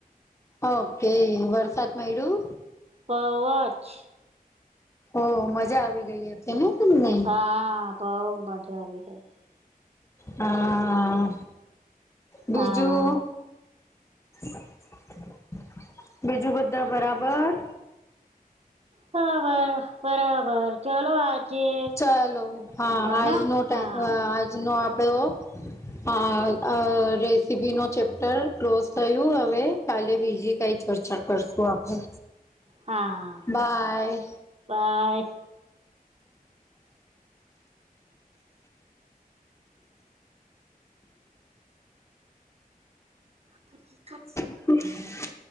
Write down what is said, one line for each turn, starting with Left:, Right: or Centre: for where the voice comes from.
Left: ઓકે વરસાદમાંઈડું
Right: પવચ
Left: ઓ મજા આવી ગઈ એ કેમે શ નહી
Right: હા બઉ મજા આવી ગઈ
Left: હા બીજું
Right: હા
Left: <inaudible> બીજું બધા બરાબર
Right: હા બરાબર ચાલ આજે
Left: ચાલો હા
Right: હ
Left: આજનો
Right: ને હા
Left: આજનો આપડે અ રેસીપી નો ચેપ્ટર ક્લોઝ થયું હવે કાલે બીજી કઈ ચર્ચા કરશું આપણે
Right: હાા
Left: બાય
Right: પાય પણ ન ખ
Left: હ